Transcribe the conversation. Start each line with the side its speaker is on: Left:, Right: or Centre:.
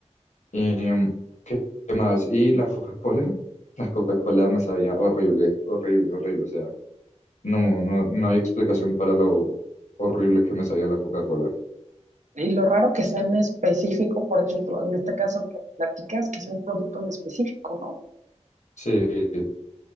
Left: ¿Y mm, qué qué más? Y la Coca-Cola, <laughs> la Coca-Cola me sabía horrible, horrible, horrible, o sea, no, no, no hay explicación para lo horrible que me sabía la Coca-Cola.
Right: Y lo raro que sea en específico, por ejemplo, en este caso que platicas, que sea un producto en específico, ¿no?
Left: Sí,